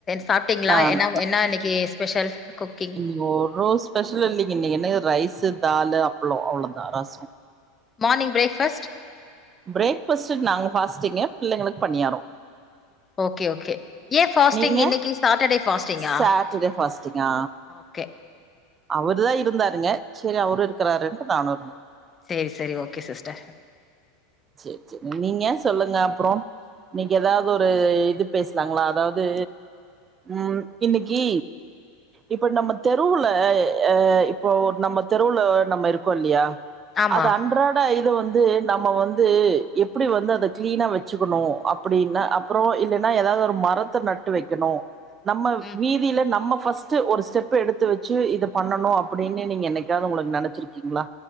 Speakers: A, on the left; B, on the right.
A: சாப்டிங்ளா
B: நான்
A: என்னா என்னா இன்னைக்கு ஸ்பெஷல் குக்கிங்
B: இங்க ஒரு ஸ்பெஷலு இல்லைங்க என்ன ரைஸு தாலு அப்ளோ அவ்ளோதா ரச
A: மார்னி்ங் ப்ரேக்ஃபர்ஸ்ட்
B: ப்ரேக்ஃபர்ஸ்ட் நாங்க ஃபாஸ்டிங்கு பிள்ளைங்களுக்கு பனியாரோ
A: ஓகே ஓகே ஏ ஃபாஸ்டிங்
B: நீங்க
A: இன்னைக்கு சாட்டடே ஃபாஸ்ட்டிங்கா
B: சாட்டர்டே ஃபாஸ்டிங்கா
A: அ ஓகே
B: அவருதா இருந்தாருங்க செரி அவரு இருக்கறாருனு நானு இருந்தே
A: சேரி சேரி ஓகே சிஸ்டர்
B: சேர் சேர் நீங்க சொல்லுங்க அப்ற இன்னைக்கு ஏதாவது ஒரு இது பேசுலாங்ளா அதாவது ம் இன்னிக்கி இப்ப நம்ம தெருவுல அ இப்போ நம்ம தெருவுல நம்ம இருக்கோ இல்லையா
A: ஆமா
B: அது அன்றாட இது வந்து நம்ம வந் து எப்டி வந்து அத க்ளீனா வச்சுக்கணு அப்டின்னு அப்ற இல்லன்னா ஏதாவது ஒரு மரத்த நட் டு வெக்கணு நம்ம
A: ம்
B: வீ தில நம்ம ஃபர்ஸ்ட்டு ஒரு ஸ்டெப் எடுத்து வச்சு இத பண்ணனு அப்டின்னு நீங்க என்னைக்காவது உங்களுக்கு நெனைச்சிருக்கிங்ளா